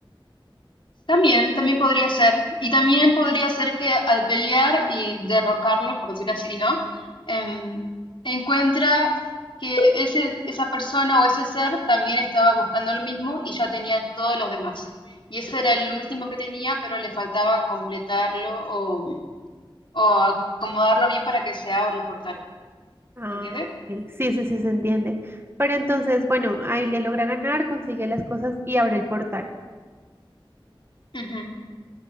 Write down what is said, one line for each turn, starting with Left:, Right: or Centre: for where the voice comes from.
Left: También, también podría ser, y también podría ser que al pelear y derrocarlo, por decir así, ¿no? Em, encuentra que ese, esa persona o ese ser también estaba buscando lo mismo y ya tenía todos los demás. Y ese era el último que tenía, pero le faltaba completarlo o o acomodarlo bien para que se abra el portal.
Right: Ah,
Left: ¿Se entiende?
Right: ok. Sí, sí, sí, se entiende. Pero entonces, bueno, ahí le logra ganar, consigue las cosas y abre el portal.
Left: Ujú.